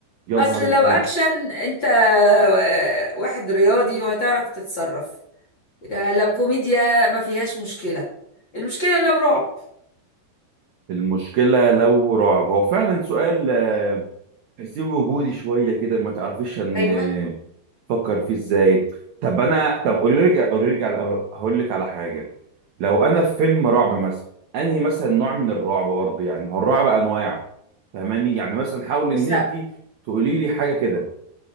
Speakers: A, on the right; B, on the left.
A: يا نهار
B: اصل
A: اسود
B: لو اكشن انت آه، واحد رياضي وهتعرف تتصرف يعني لو كوميديا ما فيهاش مشكله المشكله لو رعب
A: المشكلة لو رعب هو فعلا سؤال تحسيه وجودي شويه كده ما تعرفيش ان
B: ايوه
A: فكر فيه ازاي طب انا طب قولي لي قولي لي على هقول لك على حاجه لو انا في فيلم رعب مثلا انهي مثلا نوع من الرعب برضه يعني هو الرعب انواع فاهماني يعني مثلا حاولي ان
B: بص
A: انت
B: لأ،
A: تقولي لي حاجه كده